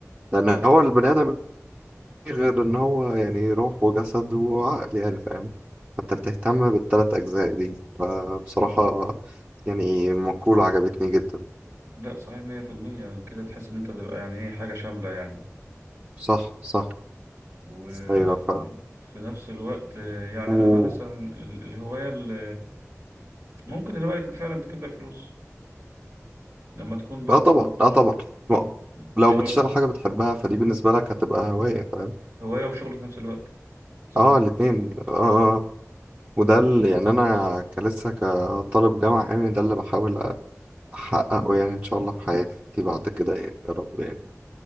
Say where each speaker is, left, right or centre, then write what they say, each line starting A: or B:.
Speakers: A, on the right (about 30°); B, on the right (about 65°).
A: لأن
B: لا
A: هو البني آدم مفيش غير إن هو يعني روح وجسد وعقل يعني فاهم أنت بتهتم بالتلات أجزاء دي فبصراحة يعني مقولة عجبتني جدا
B: لا صحيح 100% كده تحس ان انت تبقى يعني ايه حاجة شاملة يعني
A: صح صح
B: وفي
A: أيوة
B: في نفس الوقت آه، يعني
A: و...
B: أنا بقى مثلا ال- الهواية اللي ممكن الهواية فعلا تجيب لك فلوس لما تكون برضو
A: لا طبعا لا
B: مم،
A: طبعا
B: مم،
A: ما...
B: مش
A: لو
B: هو-
A: بتشتغل حاجة بتحبها فدي بالنسبة لك هتبقى هواية فاهم
B: هواية وشغل في نفس الوقت صحيح
A: اه الاتنين اه آه. آه. وده اللي يعني انا كلسه كطالب جامعة يعني ده اللي بحاول احققه يعني ان شاء الله في حياتي بعد كده يعني يا رب يعني